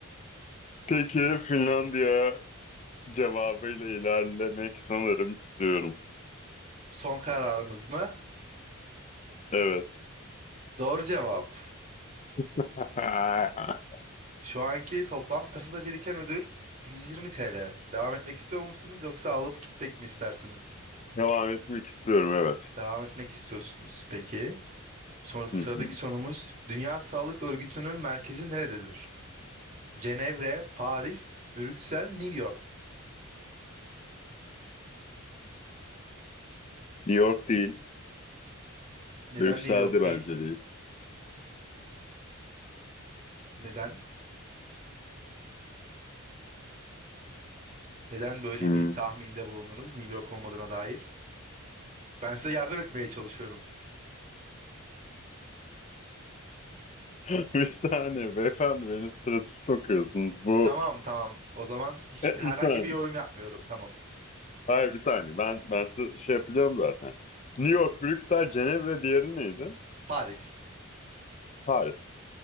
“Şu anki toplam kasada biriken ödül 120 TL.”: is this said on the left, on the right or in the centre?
Right